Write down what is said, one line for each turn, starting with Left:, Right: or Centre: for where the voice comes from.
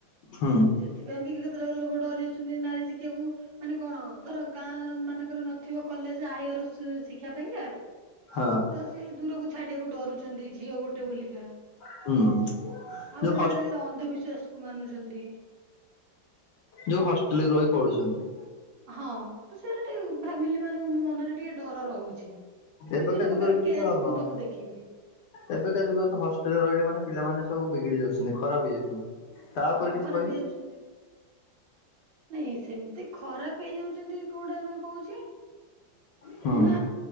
Left: ହୁଁ
Right: ସେଥିପାଇଁ ବି ଲୋକ ଡରି ଅ ଯାଉଛନ୍ତି ନାରୀ ଶିକ୍ଷାକୁ। ମାନେ କଣ ଧର ଗାଁ ମାନଙ୍କରେ ନଥିବ କଲେଜ୍ ହାଇଅର ଶିକ୍ଷା ପାଇଁକା
Left: ହଁ
Right: ଏତେ ଦୂରକୁ ଛାଡ଼ିବାକୁ ଡରୁଛନ୍ତି ଝିଅ ଗୋଟେ ବୋଲିକା ଆଉ
Left: ହୁଁ ଯୋଉ
Right: ଗୋଟେ
Left: ହସ୍
Right: ଗୋଟେ ଜାଗାରେ ଅନ୍ଧବିଶ୍ଵାସ କୁ ମାନୁଛନ୍ତି।
Left: ଯୋଉ ହଷ୍ଟେଲରେ ରହି ପଢ଼ୁଛନ୍ତି।
Right: ହଁ ତ ସେରା ଟିକେ ଫାମିଲି ମାନଙ୍କ ମ ରେ ଟିକେ ଡର ରହୁଛି
Left: ଏବେକା
Right: ବିଭିନ୍ନ
Left: ଯୁଗରେ
Right: ପ୍ରକାର
Left: ଯୋଉ
Right: କେସ୍
Left: ତ
Right: କୁ ସବୁ ଦେଖିକି
Left: ଏବେକା ଯୁଗ ତ ହଷ୍ଟେଲରେ ରହିଲେ ମାନେ ପିଲାମାନେ ସବୁ ବିଗିଡ଼ି ଯାଉଛନ୍ତି ଖରାପ ହେଇଯାଉଛନ୍ତି। ତା ଉପରେ
Right: ହଁ
Left: କିଛି
Right: ଖରାପ
Left: କହିବି
Right: ହେଇଯାଉଛନ୍ତି। ନାଇଁ ସେମିତି ଖରାପ ହେଇଯାଉଛନ୍ତି କୋଉଟା ଆମେ କହୁଛେ
Left: ହୁଁ
Right: ନା